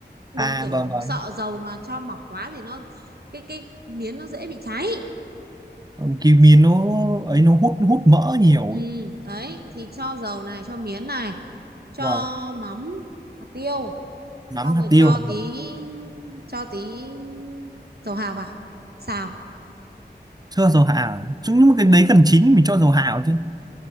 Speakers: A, on the right (about 60°); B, on the right (about 20°).
A: đừng
B: à
A: kiểu
B: vâng vâng
A: sợ dầu mà cho mỏng quá thì nó cái cái miến nó dễ bị cháy
B: kiwi nó ấy nó hút hút mỡ nhiều
A: ừ
B: ấy.
A: đấy thì cho dầu này cho miến này cho
B: vâng
A: mắm hạt tiêu
B: mắm
A: xong
B: hạt
A: rồi cho
B: tiêu
A: tí
B: vâng.
A: cho tí dầu hào vào xào
B: chưa dầu hạ à? Chứ nhưng mà cái đấy gần chín thì mình cho dầu hạ vào chứ